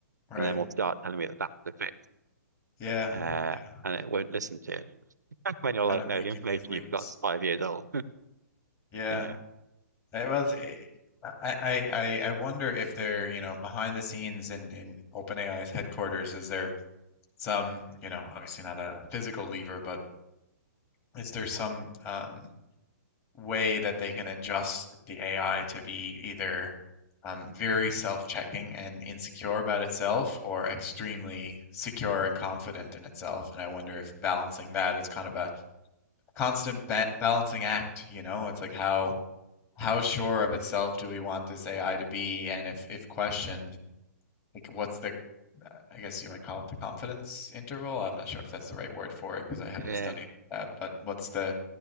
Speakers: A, on the left; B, on the right.
A: right.
B: and then will start telling me that that's the fix,
A: Yeah,
B: uh,
A: yeah.
B: and it won't listen to it. <laughs> When
A: It's
B: you're like,
A: kind of
B: no,
A: making
B: the information
A: these leaps.
B: you've got is five years old. <laughs>
A: Yeah.
B: Yeah,
A: It was eh, I, I I I wonder if they're, you know, behind the scenes in in OpenAI's headquarters, is there some, you know, obviously not a physical lever, but is there some um way that they can adjust the AI to be either um, very self-checking and insecure about itself or extremely secure and confident in itself. And I wonder if balancing that is kind of a constant ba balancing act, you know? It's like how how sure of itself do we want this AI to be? And if if questioned, like what's the I guess you might call it the confidence interval. I'm not sure if that's the right word for it because I haven't
B: yeah.
A: studied that, but what's the